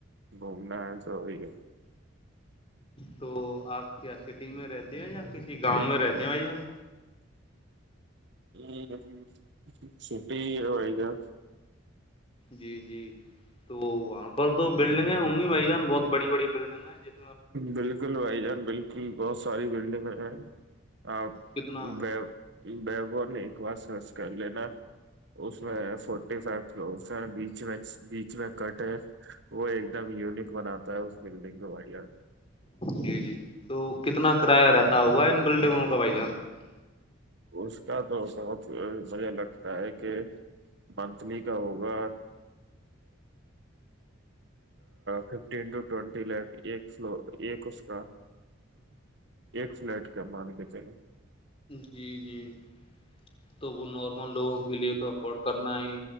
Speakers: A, on the right; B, on the left.
A: گھومنا ہے تو وہی ہے
B: تو آپ کیا سٹی میں رہتے ہیں یا کسی گاؤں میں رہتے ہیں بھائی ہم
A: ہ چھٹی و گا
B: جی جی تو وہاں پر تو بلڈنگیں ہوں گی بھائی جان بہت بڑی بڑی بلڈنگ ہیں ج
A: بالکل بھائی جان بالکل بہت ساری بلڈنگ ہے آ
B: کتنا
A: بی بیبو نے ایک بار سرچ کر لین اس میں فورٹی فائیو کل ہیں بیچ میں بیچ میں کٹن ہے وہ ایک دم یونک بناتا ہے اس بلڈنگ کو بھایی جان
B: جی جی تو کتنا کرایہ رہتا ہوگا ان بلڈنگوں کا بھائی جان
A: اس کا تو بہت مجھے لگتا ہے کہ منتھلی کا ہوگا ففٹین ٹو ٹوینٹی لیک ایک فل ایک اس کا ایک فلیٹ کا مان کے چلو
B: جی جی <inaudible> تو وہ نارمل لوگوں کے لیے تو افورڈ کرنا ہی